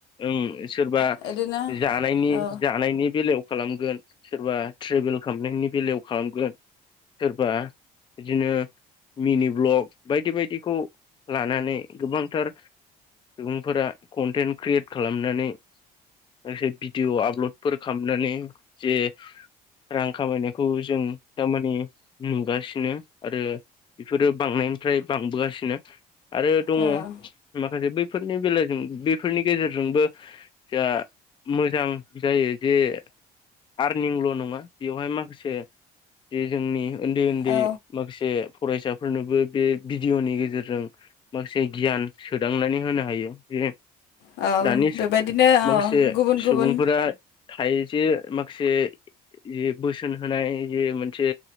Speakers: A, on the left; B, on the left.
A: ओं सोरबा
B: बिदिनो
A: जानायनि
B: औ
A: जानायनि बेलायाव खालामगोन सोरबा ट्रेभेल खालामनायनि बेलायाव खालामगोन सोरबा बिदिनो मिनि ब्लक बायदि बायदिखौ लानानै गोबांथार सुबुंफोरा कन्टेन्ट क्रियेट खालामनानै जे भिदिअ आपल'डफोर खालामनानै जे रां खामायनायखौ जों थारमाने नुगासिनो आरो बेफोरो बांनायनिफ्राय बांबोगासिनो आरो दङ
B: औ
A: माखासे बैफोरनि बेलजों बफोरनि गेजेरजोंबो जा मोजां जायो जे आरनिंल' नङा बेवहाय माखासे जे जोंनि उन्दै उन्दै
B: औ
A: माखासे फरायसाफोरनोबो बे भिडिअ'नि गेजेरजों। माखासे गियान सोदांनानै होनो हायो जे
B: औ
A: दानि
B: बेबायदिनो
A: माखासे
B: औ गुबुन
A: सुबुंफोरा
B: गुबुन
A: थायो जे माखासे ज बोसोन होनाय जे मोनसे